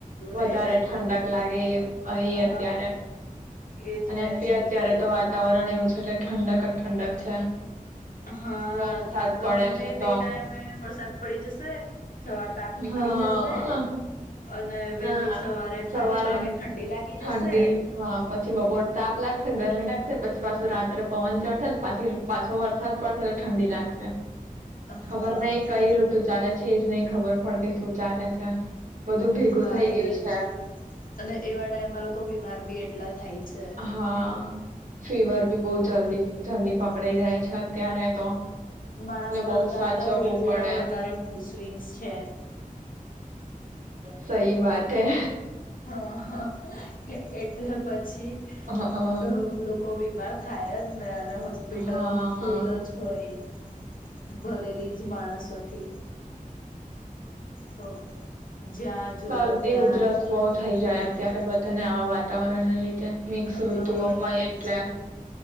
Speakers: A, on the right (about 60°); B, on the left (about 75°).
A: વધારે
B: રે
A: ઠંડક લાગે એ એ અત્યારે.
B: હા એજ
A: અને
B: બેસ્ટ
A: અત્યારે
B: છે
A: તો વાતાવરણ એવું છે ઠંડક ઠંડક છે.
B: હા
A: વરસાદ પડે
B: ગમે
A: છે
B: તે
A: તો
B: ટાઈમે વરસાદ પડી જશે. સવાર તત નીકળી
A: હા
B: જશે. અને વહેલી
A: ના
B: સવારે
A: સવારે
B: પાંચ છ વાગે
A: ઠંડી
B: લાગી જશે
A: હા પછી બપોર તાપ લાગશે. ગરમી લાગશે પછી પાછો રાત્રે પવન ચડશે પાછી પાછો વરસાદ પડશે એટલે ઠંડી લાગશે. ખબર
B: હા
A: નઈ કઈ ઋતુ ચાલે છે. છે જ નહી ખબર પડતી શું ચાલે છે, બધું ભેગું
B: હા
A: થઈ ગયું
B: એજ,
A: છે
B: અને એવા ટાઈમમાં લોકો બીમાર બી એટલા થાય છે.
A: હા. ફીવર ભી બહુત જલ્દી જલ્દી પકડાઈ
B: હમ
A: જાય છે અત્યારે તો.
B: માણસ
A: એટલે બહુ
B: કરતા
A: સાચવવું
B: તો ઋતુના
A: પડે
B: વધારે મૂળ સ્વંગ્સ છે.
A: સહી બાત હૈ.
B: હા એટલે પછી
A: હ હા
B: અ લોકો બી. બીમાર થાય જ ને. હોસ્પિટલ
A: હા.
B: ફૂલ જ હોય. ભરેલી જ માણસોથી. તો. જ્યાં જોવો
A: શરદી
B: ત્યાં.
A: ઉધરસ બહુ થઈ જાય
B: બીમાર
A: અત્યારે બધાને આવા. વાતારણ રીતે. મિક્સ
B: હા
A: ઋતુ હોય
B: એજ
A: એટલે